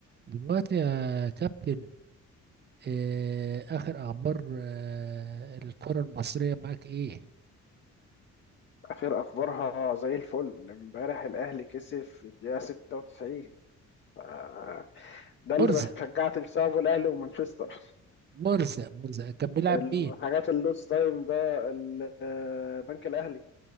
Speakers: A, on the right; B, on the left.
A: دلوقتي يا كابتن آه، آخر أخبار آه، الكرة المصرية معاك إيه؟
B: اخر اخبارها زي الفل امبارح الاهلي كسب في الدقيقه 96 آه، ده
A: مرزق
B: اللي بشجعت بسببه الاهلي ومانشستر
A: مرزق مرزق كان بيلعب
B: الحاجات
A: مين؟
B: اللوس تايم ده ال- آه، بنك الاهلي